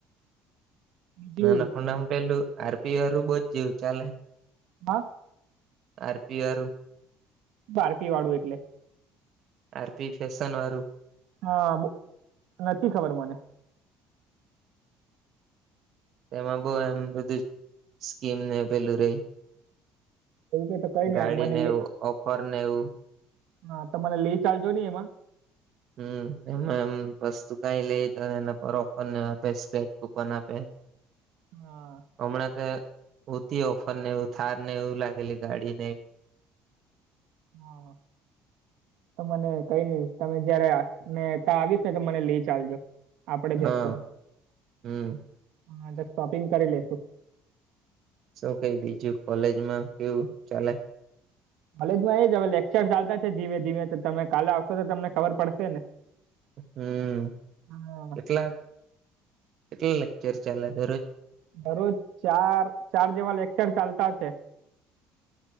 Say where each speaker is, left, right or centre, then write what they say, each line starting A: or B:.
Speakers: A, on the right; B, on the right.
A: બીજું
B: નાનાકુંડામાં પેલું આરપી વારું બહુ જ જેવું ચાલે.
A: હા.
B: આરપી વાળુ
A: બારપી વાળું એટલે?
B: આરપી ફેશન વાડુ.
A: હા નથી ખબર મને.
B: એમાં બહું એમ બધું સ્કીમ ને પેલું રહી.
A: એ તો કરીને
B: ગાડી
A: મને
B: ને
A: લે
B: એવું ઓફર ને એવું
A: હા ત મને લે ચાલજો ને એમાં.
B: હમ્મ એમાં એમ વસ્તુ કઈ લઈ તો એના પર ઓપન આપે સ્કેચ કુપન આપે. <unintelligible>
A: હા.
B: હમણાં તો ઉતી ઓફર ને એવું થાર ને એવું લાગેલી ગાડી ને.
A: હા. તો મને કઈ નઈ તમે જયારેને ત્યા આવીશ ને તો મને લઈ ચાલજો. આપણે
B: હા
A: જશું
B: હમ્મ.
A: હા શોપિંગ કરી લેેશું.
B: શું કઈ બીજું કોલેજમાં કેવું ચાલે.
A: કોલેજ માં એ જ હવે લેક્ચર ચાલતા છે ધીમે ધીમે તો તમે કાલે આવશો તો તમને ખબર પડશે ને.
B: હમ્મ
A: હા
B: એટલા એટલા લેક્ચર ચાલે દરરોજ.
A: દરરોજ ચાર ચાર જેવા લેક્ચર ચાલતા હશે.